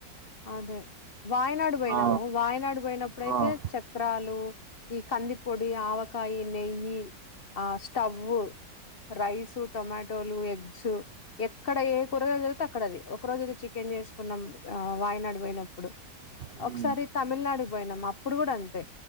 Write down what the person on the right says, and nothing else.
ఆ
ఆ
హ్మ్